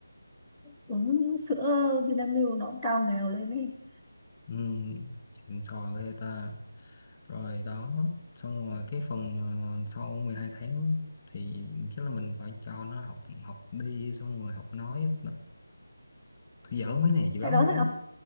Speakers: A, in the centre; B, on the left.
A: ờ, uống sữa Vinamilk nó cũng cao nghèo lên ấy
B: Ừ. xịn sò ghê ta rồi đó xong rồi cái phần mà sau 12 tháng á, thì chắc là mình phải cho nó học học đi xong rồi học nói tôi dở mấy này dữ
A: cái
B: lắm
A: đó
B: luôn
A: thì nó
B: á